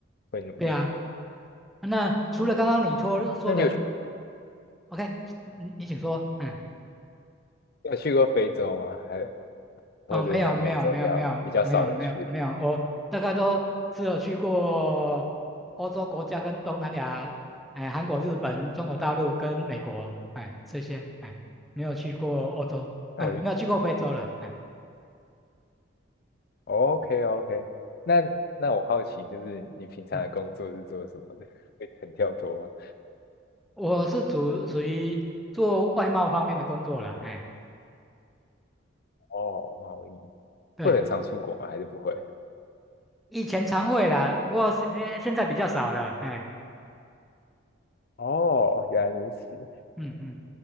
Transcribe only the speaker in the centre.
对啊，那除了刚刚你说说的
，OK，你你请说，哎。
哦，没有没有没有没有没有没有没有，我大概都只有去过欧洲国家跟东南亚，哎，韩国、日本、中国大陆跟美国，哎，这些，哎，没有去过欧洲，
嗯、没有去过非洲啦，哎，
嗯，
我是属属于做外贸方面的工作啦，哎，
对，
以前常会啦，不过现呃现在比较少了，哎，
嗯嗯，